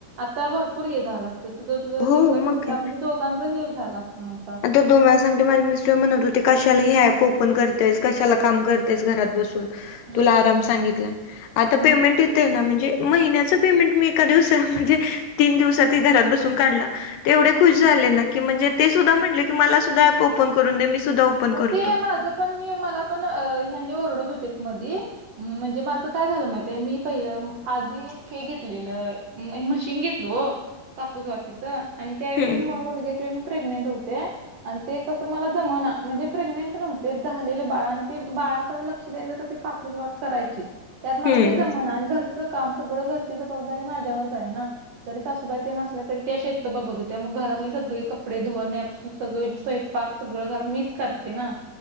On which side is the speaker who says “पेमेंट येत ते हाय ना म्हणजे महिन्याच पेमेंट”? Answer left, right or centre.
Left